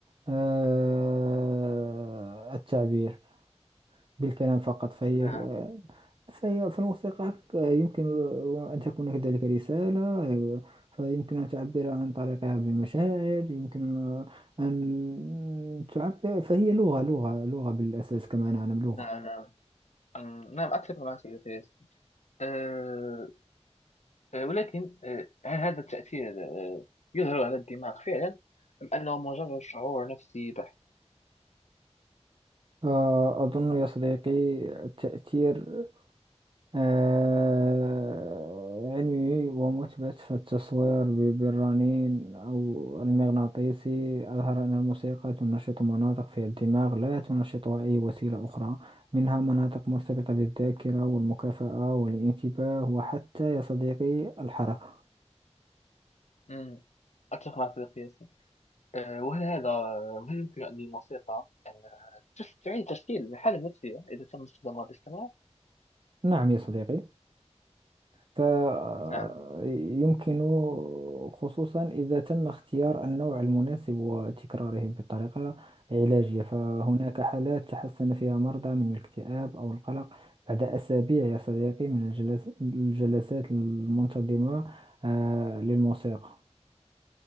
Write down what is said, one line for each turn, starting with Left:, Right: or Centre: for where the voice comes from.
Right: آه، التعبير بالكلام فقط فهي
Left: نعم
Right: فهي فالموسيقى يمكن أن تكون كذلك رسالة فيمكن أن تعبر عن طريقها بمشاعر يمكن أن تعبر فهي لغة لغة لغة بالأساس كما نعلم لغة
Left: نعم نعم أم- نعم أتفق معك يا فارس أه آه، ولكن أه هل هذا التأثير أه يظهر على الدماغ فعلا أم أنه مجرد شعور نفسي بحت؟
Right: آه، أظن يا صديقي التأثير آه، علمي ومثبت فالتصوير ب- بالرنين أو المغناطيسي أظهر أن الموسيقى تنشط مناطق في الدماغ لا تنشطها أي وسيلة أخرى منها مناطق مرتبطة بالذاكرة والمكافأة والانتباه وحتى يا صديقي الحركة
Left: أمم. أتفق مع صديقي آه، وهل هذا هل يمكن أن الموسيقى أن تس- تعيد تشكيل الحالة النفسية إذا تم استخدامها باستمرار؟
Right: نعم يا صديقي فيمكن
Left: نعم
Right: خصوصا إذا تم اختيار النوع المناسب وتكراره بطريقة علاجية فهناك حالات تحسن فيها مرضى من الاكتئاب أو القلق بعد أسابيع يا صديقي من الجلس- الجلسات المنتظمة آه، للموسيقى